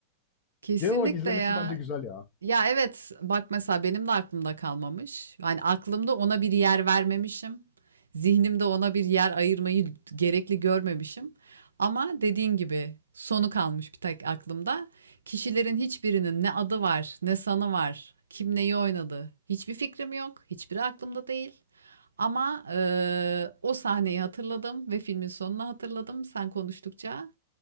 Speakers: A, on the right; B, on the left.
A: Kesinlikle
B: Genel olarak izlemesi
A: ya.
B: bence güzel ya.
A: Ya evet bak mesela benim de aklımda kalmamış. Yani aklımda ona bir yer vermemişim. Zihnimde ona bir yer ayırmayı gerekli görmemişim. Ama dediğin gibi sonu kalmış bir tek aklımda. Kişilerin hiçbirinin ne adı var, ne sanı var, kim neyi oynadı. Hiçbir fikrim yok. Hiçbiri aklımda değil. Ama eee, o sahneyi hatırladım ve filmin sonunu hatırladım sen konuştukça.